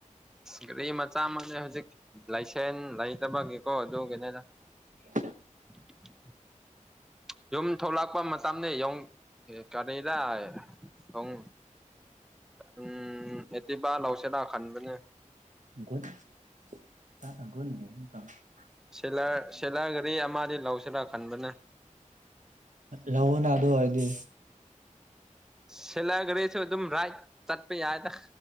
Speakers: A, in the centre; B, on the right.
A: ꯒꯔꯤ ꯃꯆꯥ ꯃꯛꯅꯦ ꯍꯧꯖꯤꯛ ꯂꯥꯏꯁꯦꯟ ꯂꯩꯇꯕꯒꯤꯀꯣ ꯑꯗꯨꯒꯤꯅꯦꯅ
B: <unintelligible>
A: <unintelligible> ꯌꯨꯝ ꯊꯣꯛꯂꯛꯄ ꯃꯇꯝꯅꯦ ꯌꯣꯡ ꯀꯔꯤꯗ ꯑꯪ ꯎꯝ ꯑꯦꯇꯤꯕ ꯂꯥꯎꯁꯤꯔꯥ ꯈꯟꯕꯅꯦ
B: <unintelligible>
A: ꯁꯂꯔ ꯁꯦꯂꯔꯒꯔꯤ ꯑꯃꯗꯤ ꯂꯧꯁꯤꯔꯥ ꯈꯟꯕꯅꯦ
B: ꯂꯧꯑꯣꯅꯥ ꯑꯗꯨ ꯑꯣꯏꯔꯗꯤ
A: ꯁꯦꯂꯔ ꯒꯔꯤꯁꯨ ꯑꯗꯨꯝ ꯔꯥꯏꯗ ꯇꯠꯄꯥ ꯌꯥꯏꯗ